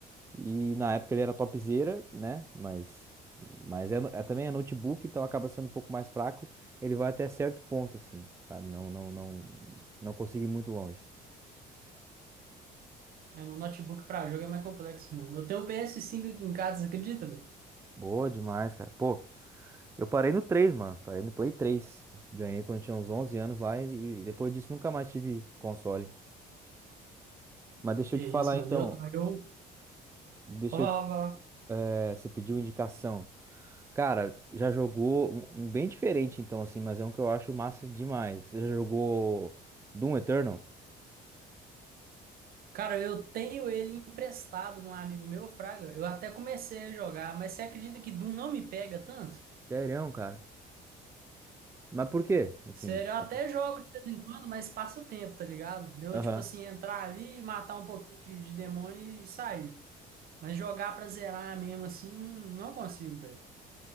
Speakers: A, on the right; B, on the right.
A: e na época ele era topzera, né? Mas mas é, no- é também é notebook, então acaba sendo um pouco mais fraco. Ele vai até certo ponto assim, sabe? Não não não não consegui ir muito longe.
B: É, no notebook pra jogo é mais complexo, mano. Eu tenho um PS5 aqui em casa, você acredita, velho?
A: Boa demais, cara. Pô, Eu parei no 3, mano. Parei no Play três, Ganhei quando eu tinha uns 11 anos lá e, e depois disso nunca mais tive console. Mas deixa
B: Que
A: eu te falar
B: isso, mano.
A: então.
B: Eu, eu...
A: Deixa
B: Vou falar,
A: eu te, eh, você pediu indicação. Cara, já jogou um, um bem diferente então, assim, mas é um que eu acho massa demais. Você já jogou Doom Eternal?
B: Cara, eu tenho ele emprestado num amigo meu, Fraga. Eu até comecei a jogar, mas você acredita que Doom não me pega tanto?
A: Sério, cara? Mas por quê? Assim,
B: Sério,
A: tipo,
B: eu até
A: que-
B: jogo de vez em quando, mas passa o tempo, tá ligado? Deu,
A: Aham.
B: tipo assim, entrar ali, matar um pouquinho de, de demônio e sair. Mas jogar pra zerar mesmo, assim, não consigo, velho.